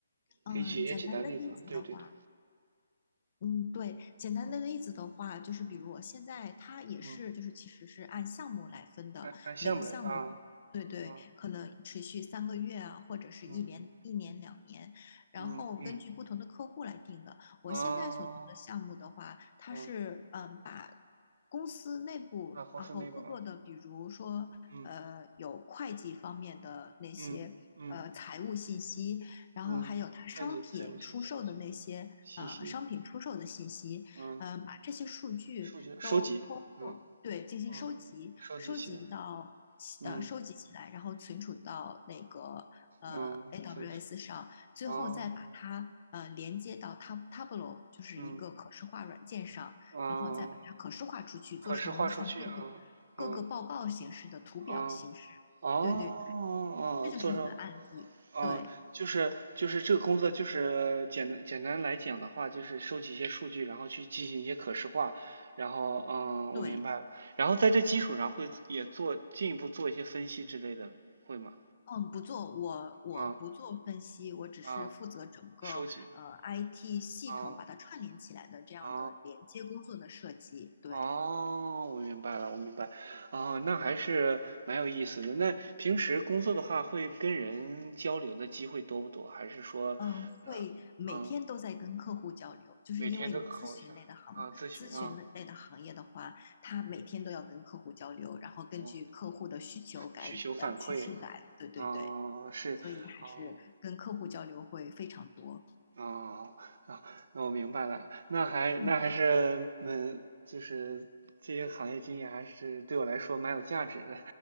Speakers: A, on the left; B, on the right.
A: 嗯，
B: 可以举一些简单的例子吗？
A: 简单的例子的话。
B: 对对对。
A: 嗯，对，简单的例子的话，就是比如我现在它也是，
B: 嗯。
A: 就是其实是按项目来分的，
B: 按按项目来发啊，
A: 每个项目，对对，
B: 啊，
A: 可能持续三个月啊，或者是一年、
B: 嗯
A: 一年、两年，然后根据不同的客户来定的。
B: 嗯嗯，
A: 我现在所做的项目的话，
B: 啊，
A: 它是嗯，
B: 嗯，
A: 把公司内部，
B: 啊，公司那个啊，
A: 然后各个的，比如说呃，
B: 嗯
A: 有会计方面的那些呃财务信息。
B: 嗯嗯
A: 然后还有它商品出售的那些呃商品出售的信息，
B: 嗯，会计财务信息信息，嗯，
A: 嗯、把这些数据都通过对进行收集，
B: 数据收集，嗯嗯，收集起来，
A: 收集到呃收集起来，
B: 嗯
A: 然后存储到那个呃
B: 嗯，
A: AWS
B: 分数
A: 上，最后再把它呃连接到
B: 啊，
A: Tab Tableau，就是一个可视化软件上，
B: 嗯啊，
A: 然后再把它可视化出去，
B: 可视化数据啊，
A: 做成像各个各个报告形式的图表形式。
B: 嗯啊，哦哦哦，
A: 对对对，这就是一个案例。
B: 啊做成嗯，
A: 对
B: 就是就是这个工作，就是简单简单来讲的话，就是收集一些数据，然后去进行一些可视化，然后嗯，
A: 对。
B: 我明白了，然后在这基础上会也做进一步做一些分析之类的，会吗？
A: 嗯，不做，我我不做分析，
B: 啊
A: 我只是负责整个呃
B: 啊，收集
A: IT 系统把它串联起来的这样的连接工作的设计。
B: 啊啊
A: 对，
B: 哦，我明白了，我明白，哦，那还是蛮有意思的。那平时工作的话，会跟人交流的机会多不多？还是说，
A: 嗯，会每天都在跟客户交流，
B: 呃，嗯
A: 就是因为你咨询类的行咨询类的行业的话，
B: 每天都考一下啊，咨询啊，
A: 它每天都要跟客户交流，然后根据客户的需求改呃去修改。
B: 哦，需求反馈，
A: 对对对，
B: 啊是，
A: 所以还是跟客户交流会非常多。
B: 哦、哦、啊，那我明白了，那还那还是嗯，
A: 嗯
B: 就是这些行业经验还是对我来说蛮有价值的，